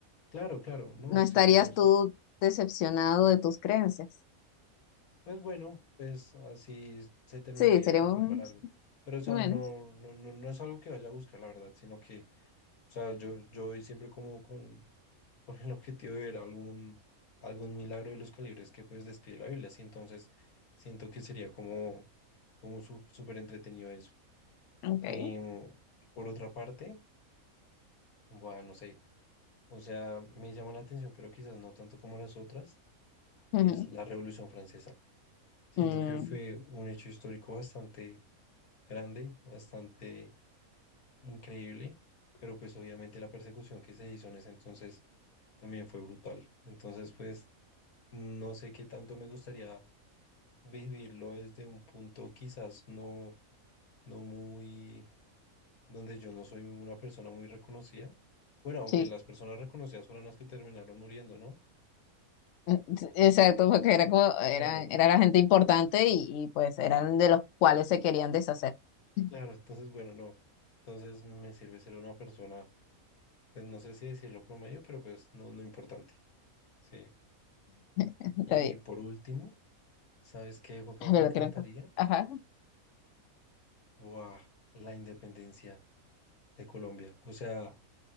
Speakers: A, on the left; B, on the left.
A: Claro, claro, no,
B: no estarías
A: sí, sí, no sé.
B: tú decepcionado de tus creencias.
A: Pues bueno, pues así se terminaría
B: Sí, seríamos
A: de confirmar algo. Pero, o sea,
B: menos.
A: no, no, no, no es algo que vaya a buscar, la verdad, sino que, o sea, yo, yo voy siempre como con, con el objetivo de ver algún, algún milagro de los calibres que pues describe la Biblia. Así entonces siento que sería como, como su- súper entretenido eso.
B: Okay.
A: Em, por otra parte, bueno, no sé, o sea, me llama la atención, pero quizás no tanto como las otras,
B: Ujú.
A: es la Revolución Francesa. Siento
B: Mm,
A: que fue un hecho histórico bastante grande, bastante increíble, pero pues obviamente la persecución que se hizo en ese entonces también fue brutal. Entonces, pues no sé qué tanto me gustaría vivirlo desde un punto quizás no, no muy, donde yo no soy una persona muy reconocida. Bueno, aunque
B: sí,
A: las personas reconocidas fueron las que terminaron muriendo, ¿no?
B: Mm, s- exacto, porque era como, era,
A: Claro,
B: era la gente importante y, y, pues eran de los cuales se querían deshacer. <laughs>
A: claro, entonces bueno, no. Entonces me sirve ser una persona, pues no sé si decirlo promedio, pero pues no, no importante. Sí.
B: Está
A: Y,
B: bien.
A: y por último, ¿sabes qué época me
B: De
A: encantaría?
B: lo que Ajá.
A: Buah, la independencia de Colombia. O sea,